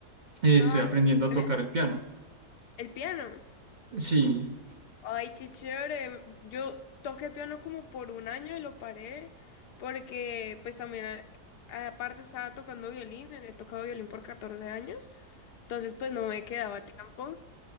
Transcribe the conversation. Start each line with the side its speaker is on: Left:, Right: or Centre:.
Right: Eh, estoy
Left: Ay,
Right: aprendiendo
Left: ¿cuál
Right: a tocar
Left: es?
Right: el piano.
Left: El piano.
Right: Sí.
Left: Ay, qué chévere. Yo toqué piano como por un año y lo paré porque pues también a- aparte estaba tocando violín, he tocado violín por 14 años, entonces pues no me quedaba tiempo,